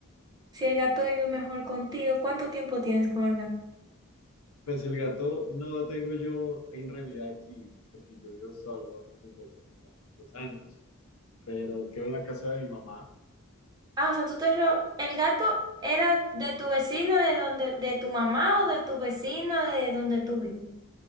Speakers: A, on the right; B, on the left.
A: si el gato vive mejor contigo, ¿cuánto tiempo tienes con el gato?
B: pues el gato no lo tengo yo en realidad aquí, porque yo vivo solo desde hace como dos años, pero él quedó en la casa de mi mamá.
A: Ah, o sea, tú te ro- el gato era de tu vecino, de donde, de tu mamá o de tu vecino, de donde tú vives.